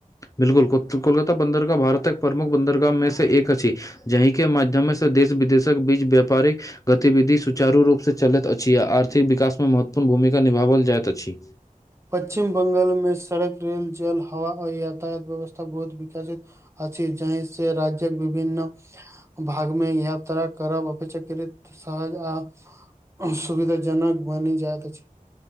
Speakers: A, on the left; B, on the right.
A: बिलकुल कोलकाति बंन्दरगाह भारतक प्रमुख बन्दरगाह मे से एक अछि जहि के माध्यम स देश विदेशक बीच व्यापारिक गतिविधि सुचारू रूप से चलैत अछि। छी आ आर्थिक विकास मे महत्वपूर्ण भूमिका निभाओल जाइत अछि।
B: पश्चिम बंगाल मे सड़क, रेल, जल, हवा आ यातायात व्यवस्था बहुत विकसित अछि जाहि से राज्यक विभन्न भागमे यात्रा करब अपेक्षाकृत सहज आ सुविधाजनक बनि जाइत अछि।